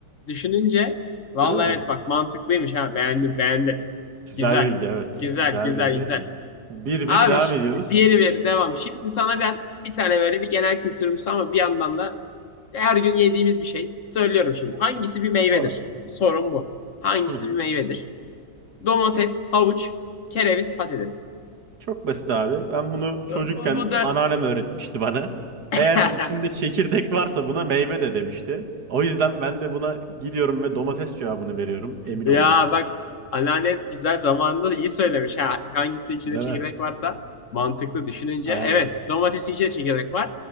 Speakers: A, on the left; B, on the right.
A: Düşününce vallahi
B: Değil mi?
A: evet bak mantıklıymış ha. Beğendim beğendim.
B: Güzel
A: Güzel.
B: bilgi evet.
A: Güzel
B: Güzel
A: güzel
B: bilgi.
A: güzel.
B: Bir
A: Abi
B: bir devam
A: ş-
B: ediyoruz.
A: diğeri veri devam. Şimdi sana ben bir tane böyle bir genel kültürümsü ama bir yandan da her gün yediğimiz bir şey söylüyorum şimdi. Hangisi bir meyvedir?
B: Sonra.
A: Sorun bu. Hangisi
B: Hı hı.
A: bir meyvedir? Domates, havuç, kereviz, patates.
B: Çok basit abi. Ben bunu
A: Bu,
B: çocukken
A: bu, bu dört.
B: anneannem öğretmişti bana.
A: <laughs>
B: Eğer içinde çekirdek varsa buna meyve de demişti. O yüzden ben de buna gidiyorum ve domates cevabını veriyorum emin
A: Ya
B: olarak.
A: bak anneanne güzel zamanında iyi söylemiş. Ha, hangisi içinde
B: Değil
A: çekirdek
B: mi?
A: varsa mantıklı düşününce.
B: Aynen.
A: Evet domatesin içinde çekirdek var.